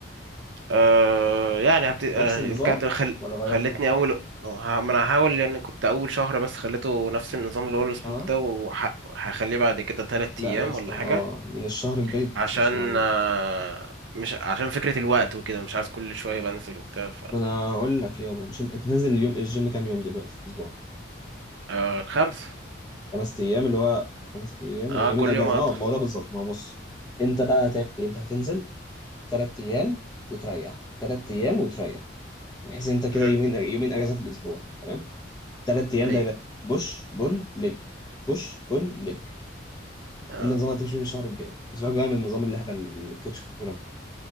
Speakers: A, on the right; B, on the left.
A: آه يعني هبت... آه
B: نفس النظام
A: رجعت خل...
B: ولا غيرته
A: خلتني اول آه، ه- ما انا هحاول يعني كنت اول شهر بس خليته نفس النظام اللي هو السبليت
B: اه
A: ده وهخليه بعد كده تلات
B: لا
A: ايام
B: يا اسطى
A: ولا
B: اه
A: حاجه
B: من الشهر الجاي
A: عشان
B: بس اسمع مني
A: آه مش عشان فكره الوقت وكده مش عايز كل شويه بنزل وبتاع ف
B: ما انا اقول لك يابا مش انت, انت نازل اليوم الجيم كام يوم دلوقتي في الاسبوع
A: آه الخمس
B: خمس ايام اللي هو خمس ايام
A: اه
B: يعني يومين
A: كل
B: اجازه
A: يوم اقدر
B: اه ما هو ده بالظبط ما هو بص انت بقى هتعمل ايه انت هتنزل ثلاث ايام وتريح ثلاث ايام وتريح يعني بحيث انت كده
A: امم
B: يومين يومين اجازه في الاسبوع تمام ثلاث ايام
A: ايوه
B: ده يبقى بوش بول ليج بوش بول ليج
A: اه
B: ده النظام اللي هتمشي فيه الشهر الجاي اسيبك بقى من النظام اللهبل اللي الكوتش كاتبه لك